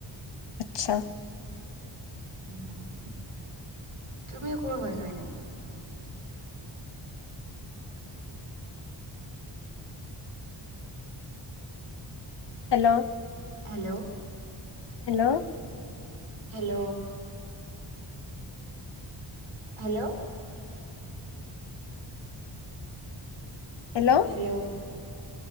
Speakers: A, on the left; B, on the right.
A: আচ্ছা।
B: অঁ তুমি কৰ হয় নো এনেই?
A: Hello!
B: Hello!
A: Hello!
B: Hello! Hello!
A: Hello!
B: Hello!